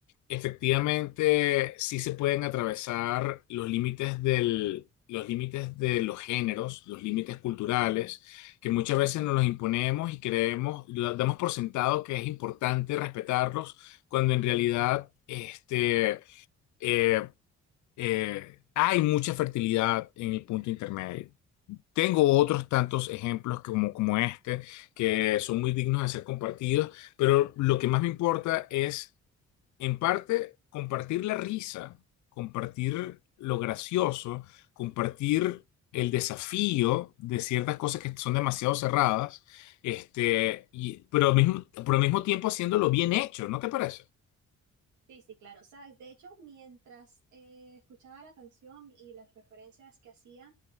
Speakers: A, on the left (about 75°); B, on the right (about 75°).
A: Efectivamente, sí se pueden atravesar los límites del, los límites de los géneros, los límites culturales, que muchas veces nos los imponemos y creemos, lo damos por sentado que es importante respetarlos, cuando en realidad este, eh, eh, hay mucha fertilidad en el punto intermedio. Tengo otros tantos ejemplos como, como este que son muy dignos de ser compartidos, pero lo que más me importa es en parte, compartir la risa, compartir lo gracioso, compartir el desafío de ciertas cosas que son demasiado cerradas, este, y, pero, al mismo, pero al mismo tiempo haciéndolo bien hecho, ¿no te parece?
B: Sí, sí, claro, sabes, de hecho, mientras eh, escuchaba la canción y las referencias que hacía,